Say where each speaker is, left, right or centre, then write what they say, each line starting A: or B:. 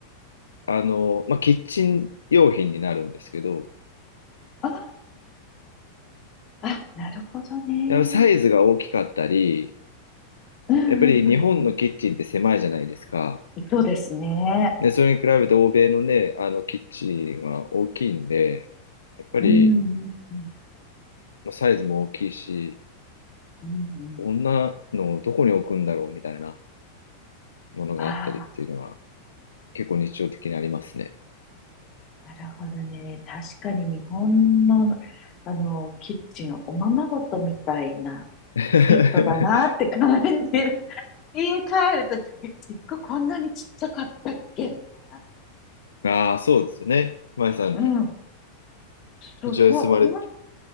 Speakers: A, on the left; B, on the left.
A: あの、まあ、キッチン用品になるんですけど、
B: あ、あ、なるほどね。
A: やっぱサイズが大きかったり、
B: うんうんうんうん。
A: やっぱり日本のキッチンって狭いじゃないですか。
B: そうですね。
A: で、それに比べて欧米のね、あのキッチンは大きいんで、やっぱり
B: うんうんうん
A: まあサイズも大きいし、
B: うんうん。
A: こんなのをどこに置くんだろうみたいなものがあったりっていうのは
B: ああ、
A: 結構日常的にありますね。
B: なるほどね。確かに日本の、あの、キッチン、おままごとみたいな
A: <laughs>
B: ペットだなって感じる。<laughs> 家帰ると、え結構こんなにちっちゃかったっけみたいな。
A: ああ、そうですよね。まえさん、
B: うん。そう、
A: そちらに住まれ、
B: こ、こん、